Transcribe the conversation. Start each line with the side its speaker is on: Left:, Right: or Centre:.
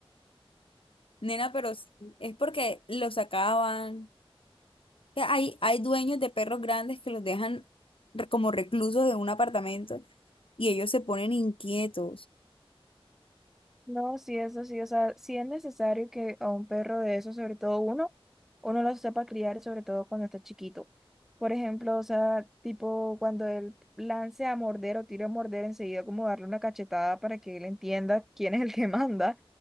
Left: Nena, pero sí, es porque los sacaban. Que Hay, hay dueños de perros grandes que los dejan re- como reclusos de un apartamento y ellos se ponen inquietos.
Centre: No, sí, eso sí, o sea, sí es necesario que a un perro de eso, sobre todo uno, uno lo sepa criar, sobre todo cuando está chiquito. Por ejemplo, o sea, tipo cuando él lance a morder o tire a morder, enseguida como darle una cachetada para que él entienda quién es el que <laughs> manda.